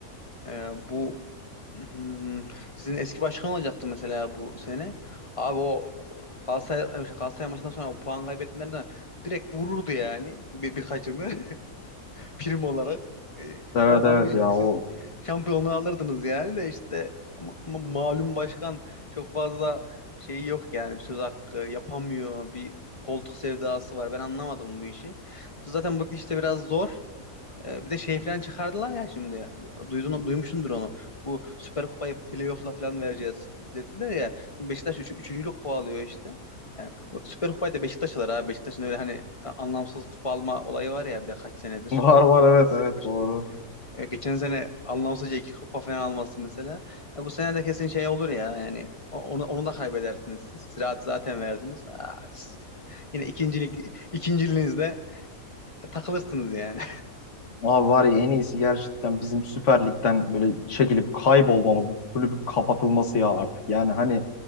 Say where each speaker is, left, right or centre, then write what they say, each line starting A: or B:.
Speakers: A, on the left; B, on the left.
A: Ee, bu Hmm, sizin eski başkan olacaktı mesela bu sene. Abi o Galatasaray, e, şey, Galatasaray maçından sonra o puan kaybettiğinden direkt vururdu yani bir, birkaçını <laughs> prim olarak. Ee,
B: Evet
A: oradan
B: evet
A: bir
B: ya
A: siz
B: o
A: şampiyonluğu alırdınız yani de işte ma- ma- malum başkan çok fazla şeyi yok yani bir söz hakkı yapamıyor bir koltuk sevdası var. Ben anlamadım bu işi. Zaten bu işte biraz zor. Ee, bir de şey falan çıkardılar ya şimdi. Duydun, duymuşsundur onu. Bu Süper Kupayı playoff'la falan vereceğiz dediler ya. Şimdi Beşiktaş üç, üçüncülük kovalıyor işte. Ee, Süper Kupayı da Beşiktaş alır abi. Beşiktaş'ın öyle hani anlamsız kupa alma olayı var ya bir de kaç senedir.
B: <laughs> var var
A: Bu da
B: evet
A: kaç senedir.
B: evet doğru.
A: E, Geçen sene anlamsızca iki kupa falan alması mesela. E, bu sene de kesin şey olur ya yani o- onu onu da kaybedersiniz siz. Ziraat zaten verdiniz. Aa, siz yine ikincilik ikinciliğinizde takılırsınız yani.
B: Abi var ya en iyisi gerçekten bizim Süper Lig'den böyle çekilip kaybolmamız, bu kulübün kapatılması ya artık. Yani hani